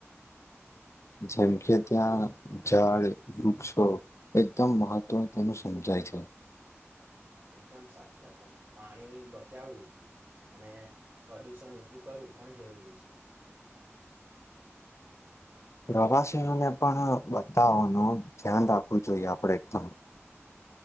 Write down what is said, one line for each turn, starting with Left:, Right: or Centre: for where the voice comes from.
Left: જેમ કે ત્યાં જળ, વૃક્ષો એકદમ મહત્વ તેનું સમજા ય છે.
Right: એકદમ સાચી વાત, ને પાણી બચાવવું અને પ્રદુષણ ઓછું કરવું પણ જરૂરી છે.
Left: પ્રવાસીઓને પણ બતાવાોનું ધ્યાન રાખવું જોઈએ આપણે એકદમ